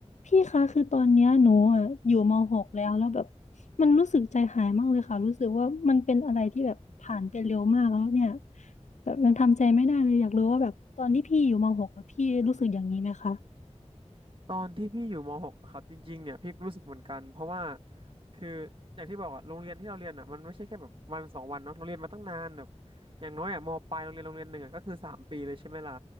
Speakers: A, on the left (about 80°); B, on the right (about 45°).
A: พี่คะคือตอนเนี้ยหนูอ่ะอยู่ม .6 แล้วแล้วแบบมันรู้สึกใจหายมากเลยค่ะรู้สึกว่ามันเป็นอะไรที่แบบผ่านไปเร็วมากแล้วเนี่ยแบบมันทำใจไม่ได้เลยอยากรู้ว่าแบบตอนที่พี่อยู่ม .6 อะพี่รู้สึกอย่างนี้ไหมคะ
B: ตอนที่พี่อยู่ม .6 อะครับจริงๆเนี่ยพี่รู้สึกเหมือนกันเพราะว่าคืออย่างที่บอกอะโรงเรียนที่เราเรียนอะมันไม่ใช่แค่แบบวันสองวันเนาะเราเรียนมาตั้งนานแบบอย่างน้อยอะมปลายโรงเรียนโรงเรียนหนึ่งอะก็คือสามปีเลยใช่ไหมล่ะ